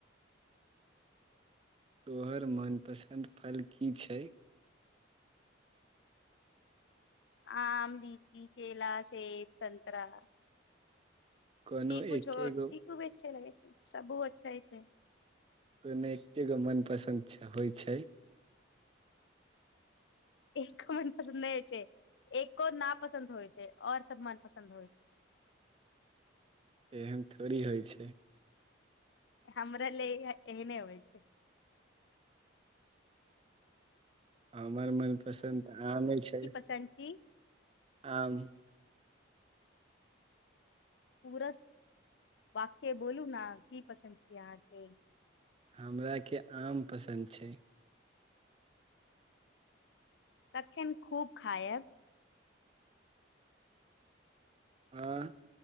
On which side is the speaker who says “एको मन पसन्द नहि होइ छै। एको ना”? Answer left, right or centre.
Left